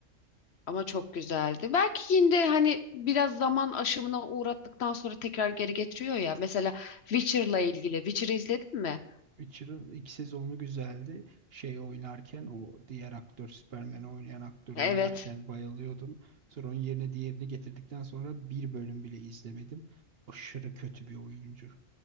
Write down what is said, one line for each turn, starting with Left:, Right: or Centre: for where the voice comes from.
Left: ama çok güzeldi. Belki yine de hani biraz zaman aşımına uğrattıktan sonra tekrar geri getiriyor ya. Mesela Witcher'la ilgili. Witcher'ı izledin mi?
Right: Witcher'ın ilk sezonu güzeldi. Şey oynarken o diğer aktör Superman'i oynayan aktör
Left: Evet.
Right: oynarken bayılıyordum. Sonra onun yerine diğerini getirdikten sonra bir bölüm bile izlemedim. Aşırı kötü bir oyuncu.